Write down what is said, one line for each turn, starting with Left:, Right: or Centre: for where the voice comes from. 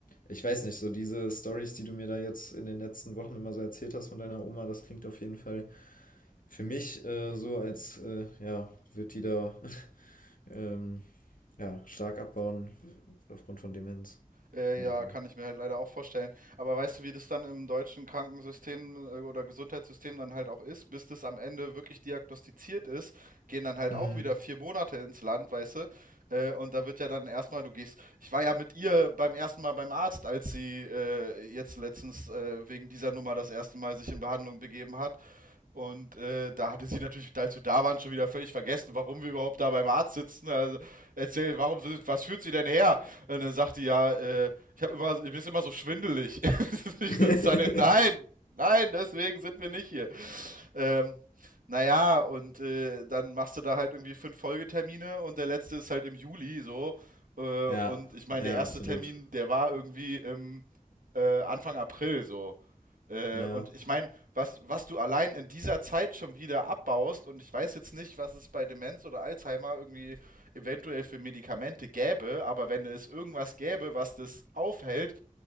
Left: ich weiß nicht, so diese Stories, die du mir da jetzt in den letzten Wochen immer so erzählt hast von deiner Oma, das klingt auf jeden Fall für mich äh, so, als äh, ja, wird die da <laughs> ähm, ja, stark abbauen aufgrund von Demenz
Right: Äh,
Left: oder
Right: ja,
Left: so.
Right: kann ich mir halt leider auch vorstellen. Aber weißt du, wie das dann im deutschen Krankensystem äh, oder Gesundheitssystem dann halt auch ist? Bis das am Ende wirklich diagnostiziert ist, gehen dann halt
Left: Hm.
Right: auch wieder vier Monate ins Land, weißt du? Äh, und da wird ja dann erstmal, du gehst. Ich war ja mit ihr beim ersten Mal beim Arzt, als sie äh, jetzt letztens äh, wegen dieser Nummer das erste Mal sich in Behandlung begeben hat. Und äh, da hatte sie natürlich, als wir da waren, schon wieder völlig vergessen, warum wir überhaupt da beim Arzt sitzen. Also erzähl, warum, si-, was führt sie denn her? Und dann sagt die ja, äh, ich habe immer, mir ist immer so schwindelig. <laughs>
Left: <laughs>
Right: ich sitze dann in, nein, nein, deswegen sind wir nicht hier. Ähm, naja, und äh, dann machst du da halt irgendwie fünf Folgetermine und der letzte ist halt im Juli so. Äh, und
Left: Ja,
Right: ich meine,
Left: ja,
Right: der erste
Left: absolut.
Right: Termin, der war irgendwie im äh, Anfang April so. Äh,
Left: Ja,
Right: und ich meine, was, was du allein in dieser Zeit schon wieder abbaust, und ich weiß jetzt nicht, was es bei Demenz oder Alzheimer irgendwie eventuell für Medikamente gäbe, aber wenn es irgendwas gäbe, was das aufhält,